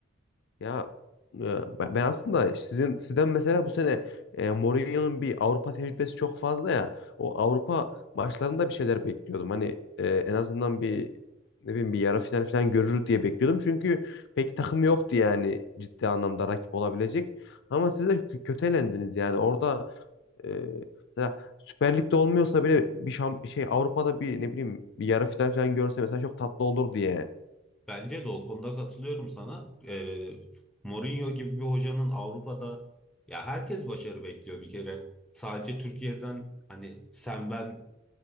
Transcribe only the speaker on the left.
Ya e, ben ben aslında sizin sizden mesela bu sene e, Mourinho'nun bir Avrupa tecrübesi çok fazla ya. O Avrupa maçlarında bir şeyler bekliyordum. Hani e, en azından bir ne bileyim bir yarı final falan görür diye bekliyordum. Çünkü pek takım yoktu yani ciddi anlamda rakip olabilecek. Ama siz de kö- kötü elendiniz yani. Orada e, mesela Süper Lig'de olmuyorsa bile bir şam, şey Avrupa'da bir ne bileyim bir yarı final falan görse mesela çok tatlı olurdu yani.